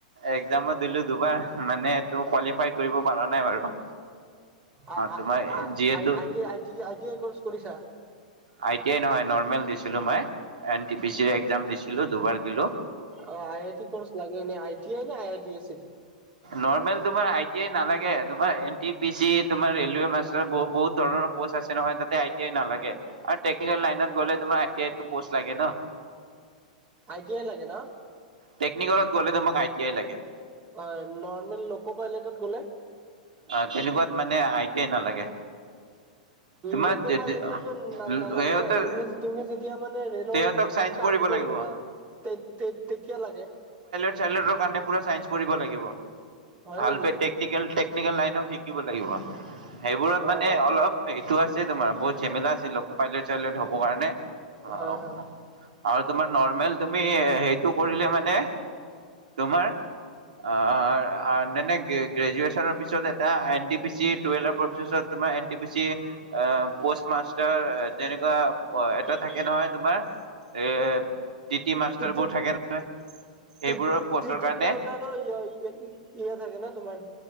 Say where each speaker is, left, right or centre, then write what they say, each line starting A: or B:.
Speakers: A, on the right; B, on the right.
A: একজামো দিলো দুবাৰ, মানে, ত কোৱালিফাই কৰিব পাৰা নাই বাৰু
B: অ',
A: তোমাৰ
B: আ, আ,
A: যিহেতু
B: ইটি আইটি আইটিয়াই কৰ্চ কৰিছা?
A: আই টি আই নহয় নৰ্মেল দিছিলোঁ মই, এন টি পি চিৰ এক্সাম দিছিলোঁ দুবাৰ দিলোঁ।
B: অ', ই আই টি কৰ্চ লাগে এনে আই টি আই নে আই আই টি আছিল।
A: নৰ্মেল, তোমাৰ আই টি আই নালাগে তোমাৰ এন টি পি চি তোমাৰ ৰেলৱে মাষ্টাৰ বহুত ধৰণৰ পষ্ট আছে নহয়, তাতে আইটিয়াই নালাগে আৰু টেকনিকেল লাইনত গ'লে তোমাৰ আইটিয়াটো পষ্ট লাগে ন।
B: আইটি আই লাগে ন?
A: টেকিনিকেলত গ'লে তোমাক আইটি আই লাগে।
B: হয়, নৰ্মেল লকো পাইলেটত গ'লে?
A: অ' তেনেকুৱাত মানে আই টি আই নালাগে। তোমাৰ
B: লোক
A: সিহঁতৰ
B: পাইলোটত ন' নালাগে ন'? তুমি তুমি যেতিয়া মানে ৰেলৰ
A: সিহঁতক চাইন্স
B: কাম
A: পঢ়িব
B: কৰিবা
A: লাগিব।
B: তে তে তেকিয়া লাগে?
A: চেইলেটৰ কাৰনে পুৰা চাইন্স পঢ়িব লাগিব।
B: হয়
A: ভাল্পে
B: নেকি?
A: টেকনিকেল টেক টেকনিকেল লাইনো শিকিব লাগিব, সেইবোৰত
B: অ',
A: মানে অলপ এইটো আছে তোমাৰ বহুত ঝেমেলা আছে, লোক'পাইলট চাইলট হ'ব কাৰণে অ',
B: হয়
A: অ'।
B: হয়
A: আৰু তোমাৰ নৰ্মেল তুমি সেইটো কৰিলে মানে তোমাৰ অ' নে গ্ৰেজুৱেচনৰ পিছত তাৰিছত এটা এনট পি চি টৱেলাৰ পফিচছত তোমাৰ এনটি পি চি আহ, পষ্ট মাষ্টাৰ তেনেকুৱা এটা থাকে নহয় তোমাৰ? এ টি টি মাষ্টাৰবোৰ
B: তেতিয়া তে
A: থাকে নহয় সেইবোৰৰ
B: তেতিয়া
A: পষ্টৰ
B: ক্ৰিকেট
A: কাৰণে
B: কাউণ্টাৰে ইয়া থাকে ন' তোমাৰ